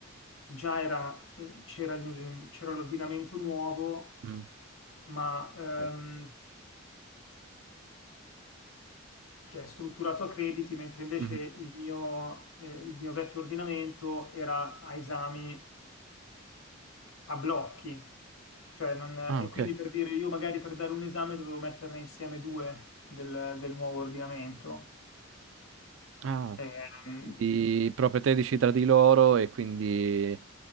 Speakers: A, on the left; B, on the right.
A: già era, eh, c'era il- c'era l'ordinamento nuovo,
B: Mm,
A: ma ehm,
B: ok.
A: che è strutturato a crediti, mentre invece
B: Mhm.
A: il mio, eh, il mio vecchio ordinamento era a esami a blocchi, cioè non- e
B: Ah, ok.
A: quindi per dire io magari per dare un esame dovevo metterne insieme due del, del nuovo ordinamento.
B: Ah,
A: Ehm,
B: quindi proprio 13 tra di loro e quindi